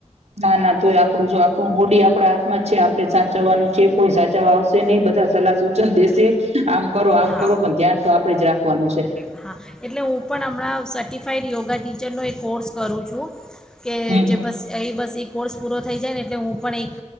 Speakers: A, on the right; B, in the centre.
A: ના ના તોય આપણું જો આપણું બોડી આપણા હાથમાં છે આપડે સાચવવાનું છે કોઈ સાચવવા આવશે નહી બધા સલાહ સૂચન દેશે આમ કરો આમ
B: હા
A: કરો પણ ધ્યાન તો આપડે જ રાખવાનું છે
B: હા એટલે હું પણ હમણાં સર્ટિફાાઈડ યોગા ટીચરનો એક કોર્સ કરું છું કે
A: હમ
B: જે
A: હમ
B: બસ એ બસ એક કોર્સ પૂરો થઈ જાય ને એટલે હું પણ એક